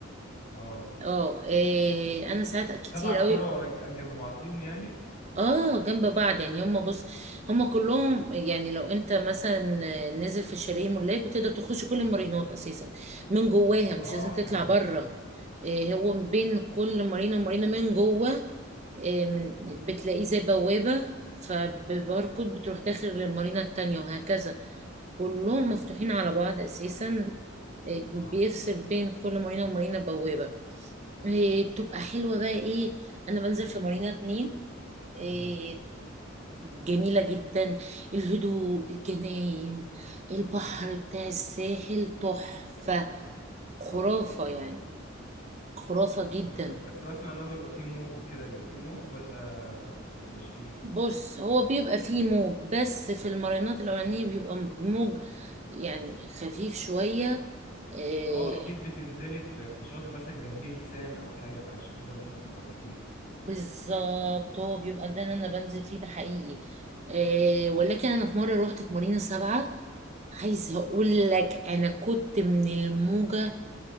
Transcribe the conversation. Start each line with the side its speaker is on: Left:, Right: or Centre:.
Left: اه
Right: اه إيه انا ساعات كتير
Left: سبع
Right: قوي
Left: كرة ورا ج- جنب بعضيهم يعني
Right: اه جنب بعض يعني هم بص هم كلهم يعني لو انت مثلا نزل في الشاليه ملاك بتقدر تخش كل المارينات اساسا من جواها
Left: اه
Right: مش لازم تطلع
Left: حلو
Right: بره إيه هو بين كل مارينا ومارينا من جوه إيه من- بتلاقيه زي بوابة فبباركود بتروح داخل للمارينا التانية وهكذا كلهم مفتوحين على بعض اساسا إيه
Left: اه
Right: بيفصل بين كل مارينا ومارينا بوابة إيه بتبقى حلوة بقى ايه انا بنزل في مارينا اتنين آه،
Left: مم.
Right: جميلة جدا الهدوء الجناين البحر بتاع الساحل تحفة خرافة
Left: اه اه سمعت
Right: يعني خرافة جدا
Left: سمعت بس بسمع ان هو بيبقى فيه موج وكده بيبقى فيه موج ولا مبيبقاش فيه
Right: بص هو بيبقى فيه موج بس في المارينات الأولانية بيبقى موج يعني خفيف شوية آه
Left: اه اكيد بتنزلي في في شاطئ مثلا جنبيه لسان او حاجه فعشان كده الموج بيبقى خفيف
Right: بالظبط هو بيبقى ده اللي أنا بنزل فيه ده حقيقي آه ولكن أنا في مرة روحت في مارينا سبعة عايزة أقول لك أنا كنت من الموجة